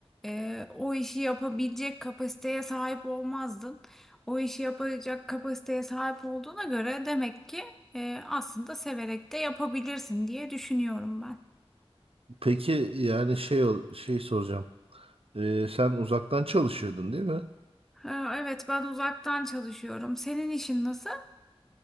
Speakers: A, in the centre; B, on the right.
A: e, o işi yapabilecek kapasiteye sahip olmazdın. O işi yapacak kapasiteye sahip olduğuna göre demek ki e, aslında severek de yapabilirsin diye düşünüyorum ben.
B: Peki yani şey ol- şey soracağım. Ee, sen uzaktan çalışıyordun değil mi?
A: Ha, evet ben uzaktan çalışıyorum. Senin işin nasıl?